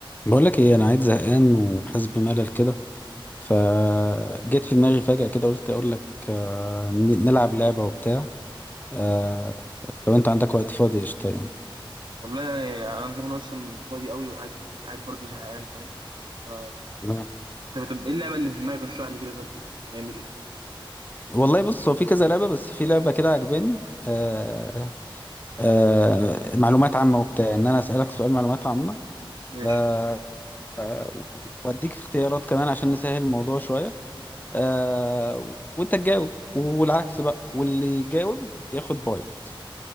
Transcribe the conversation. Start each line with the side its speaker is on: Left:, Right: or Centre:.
Left: بقول لك ايه انا قاعد زهقان وحاسس بملل كده فجيت في دماغي فجأة كده قلت اقول لك آه، ن- نلعب لعبة وبتاع آه، لو انت عندك وقت فاضي قشطة يعني
Right: والله انا كمان اصلا فاضي قوي وقاعد قاعد برضه زهقان فاهم ف
Left: نعم.
Right: انت طب ايه اللعبه اللي في دماغك اشرح لي كده طب هنعمل ايه
Left: والله بص هو في كذا لعبة بس في لعبة كده عجباني آه، آه، معلومات عامة وبتاع ان انا اسألك سؤال معلومات عامة
Right: ماشي
Left: آه، آه، واديك اختيارات كمان عشان نسهل الموضوع شوية آه، وانت تجاوب والعكس بقى واللي يجاوب ياخد بوينت